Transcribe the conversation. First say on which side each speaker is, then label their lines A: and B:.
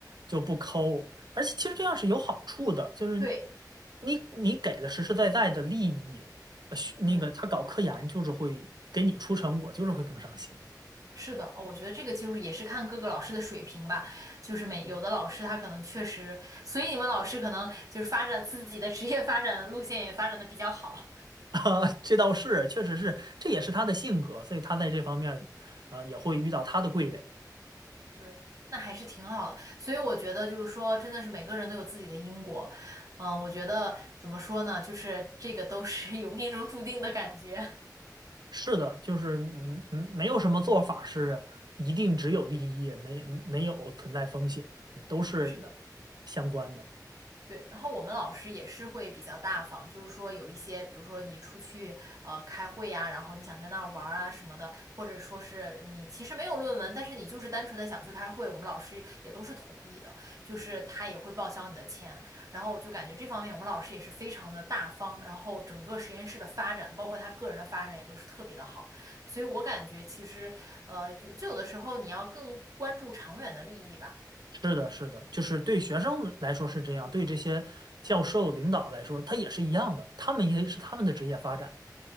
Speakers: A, on the right; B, on the right.
A: 就不抠，而且其实这样是有好处的，就是
B: 对，
A: 你你给的实实在在的利益，呃学那个他搞科研就是会给你出成果，
B: 嗯，
A: 就是会更上心
B: 是的，哦我觉得这个就是也是看各个老师的水平吧，就是每有的老师他可能确实，所以你们老师可能就是发展自己的职业发展路线也发展的比较好。
A: <laughs> 啊，这倒是，确实是，这也是他的性格，所以他在这方面，啊，也会遇到他的贵人。
B: 对，那还是挺好的。所以我觉得就是说，真的是每个人都有自己的因果。嗯，我觉得怎么说呢，就是这个都是有命中注定的感觉。
A: 是的，就是嗯嗯，没有什么做法是一定只有利益，没没有存在风险的，都是
B: <laughs> 是的。
A: 相关的。
B: 对，然后我们老师也是会比较大方，就是说有一些，比如说你出去呃开会呀、然后你想在那儿玩儿啊什么的，或者说是你其实没有论文，但是你就是单纯的想去开会，我们老师也都是同意的，就是他也会报销你的钱。然后我就感觉这方面我们老师也是非常的大方，然后整个实验室的发展，包括他个人的发展也都是特别的好，所以我感觉其实呃有就有的时候你要更关注长远的利益吧。
A: 是的，是的，就是对学生来说是这样，对这些教授领导来说，他也是一样的，他们也是他们的职业发展。